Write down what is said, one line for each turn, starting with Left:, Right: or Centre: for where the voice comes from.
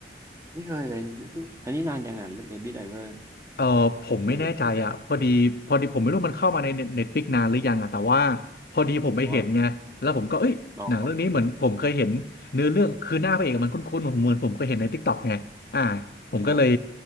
Right: ไม่เคยเลยเพิ่งอันนี้นานยังอ่ะเบบี้ไดเวอร์
Left: เออผมไม่แน่ใจอ่ะพอดีพอดีผมไม่รู้มันเข้ามาในเน็ตฟลิกนานหรือยังอ่ะแต่ว่า
Right: ในเน็ตฟลิกอ่ะ
Left: พอดีผมไปเห็นไงแล้วผมก็เอ้ยหนังเรื่องนี้เหมือนผมเคยเห็นเนื้อเรื่องคือหน้าพระเอกอะมันคุ้นๆผมเหมือนผมเคยเห็นในทิกตอกไงอ่า
Right: อออ๋อ
Left: ผมก็เลย
Right: อ๋อ